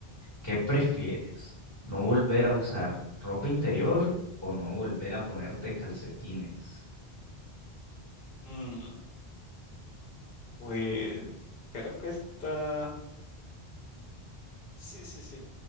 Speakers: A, on the left; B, on the left.
A: ¿Qué prefieres? ¿No volver a usar ropa interior o no volver a ponerte calcetines?
B: Mm, pues creo que está... Sí, sí, sí.